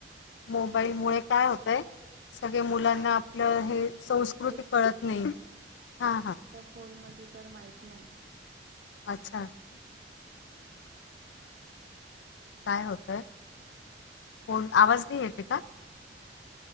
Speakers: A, on the left; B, on the right.
A: मोबाईल मुळे काय होतय. सगळे मुलांना आपलं हे संस्कृती
B: एक
A: कळत नाही हा हां.
B: फोनमध्ये तर माहीत नाही.
A: अच्छा! काय होतय, कोण? आवाज नाही येते का?